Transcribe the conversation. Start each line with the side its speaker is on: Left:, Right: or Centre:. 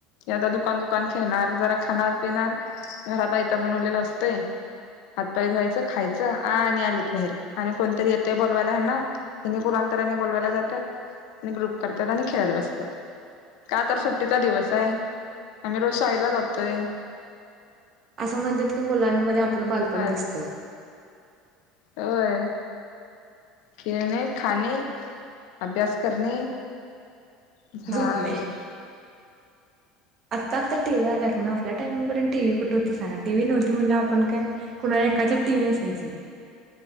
Left: आता दुकान दुकान खेळणार जरा खाणार पिणार घरात आयतं बनवलेलं असतंय. हातपाय धुवायचं खायचं आ आणि आलीत बाहेर आणि कोणतरी येतंय बोलवायला हेन्ना. हिनी कोणाला तर यांनी बोलवायला जातात आणि ग्रुप करतात आणि खेळत बसतात का तर सुट्टीचा दिवस हाय आम्ही रोज शाळेला जातोय.
Right: असं म्हणत्यात की मुलांमध्ये आप पलं बालपण
Left: काय
Right: दिसतं.
Left: होय. खेळणे, खाणे, अभ्यास करणे. झालं.
Right: झोपणे. आत्ता आत्ता टीव्ही आल्यात म्हणा, आपल्या टायमिंग पर्यंत टीव्ही कुठे होती सांगा, टीव्ही नव्हती म्हणल्यावर आपण काय कुणाला एकाच्या टीव्ही असायची.